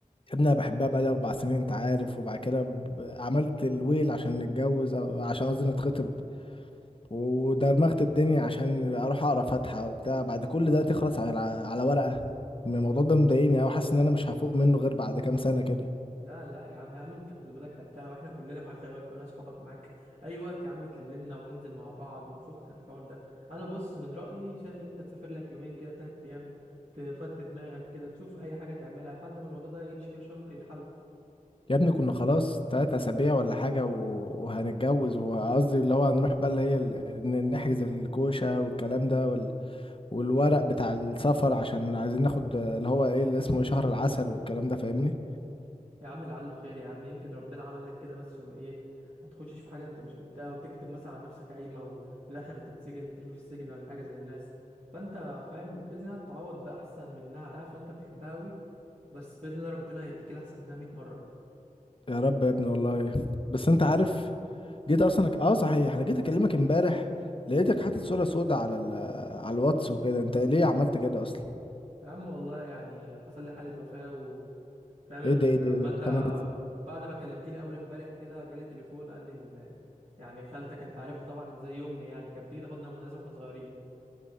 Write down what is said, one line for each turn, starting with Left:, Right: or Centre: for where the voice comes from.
Left: يا ابني انا بحبها بقالي اربع سنين انت عارف وبعد كده ب- عملت الويل عشان نتجوز أو عشان قصدي نتخطب ودرمغت الدنيا عشان اروح اقرا فاتحة وبتاع بعد كل ده تخلص على على ورقة الموضوع ده مضايقني أوي حاسس ان انا مش هفوق منه غير بعد كام سنة كده
Right: لا لا يا عم يا عم انت خلي بالك قدها واحنا كلنا معاك خلي بالك كلنا اصحابك معاك اي وقت يا عم كلمنا وننزل مع بعض ونفكك عن الحوار ده انا بص من رأيي شايف انت تسافر لك يومين كده تلات ايام تفضي دماغك كده تشوف اي حاجة تعملها لحد ما الموضوع ده يمشي كده شوية ممكن يتحل
Left: يا ابني كنا خلاص تلات أسابيع ولا حاجة و- وهنتجوز وقصدي اللي هو هنروح بقى اللي هي ال- ن- نحجز الكوشة والكلام ده وال... والورق بتاع السفر عشان عايزين ناخد اللي هو ايه اللي اسمه إيه، شهر العسل والكلام ده فاهمني
Right: يا عم لعله خير يا عم يمكن ربنا عمل لك كده بس عشان ما ايه ما تخشش في حاجه انت مش قدها وتكتب مثلا على نفسك قايمه وفي الاخر تتسجن ترمي في السجن ولا حاجه زي الناس فانت فاهم باذن الله تتعوض باحسن منها انا عارف ان انت بتحبها قوي بس باذن الله ربنا هيديك الاحسن منها 100 مره
Left: يا رب يا ابني والله بس انت عارف جيت اصلا اه صحيح انا جيت اكلمك امبارح لقيتك حاطط صورة سودة على ال... على الواتس وكده انت ليه عملت كده اصلا
Right: يا عم والله يعني حصل لي حاله وفاه و... فاهم
Left: ايه ده ايه ده
Right: لما
Left: ايه
Right: انت
Left: ده طب أنا إزاي-
Right: بعد ما كلمتني اول امبارح كده جالي تليفون قال لي ان يعني خالتك انت عارفها طبعا زي امي يعني كانت بتيجي تاخدنا من المدرسه واحنا صغيرين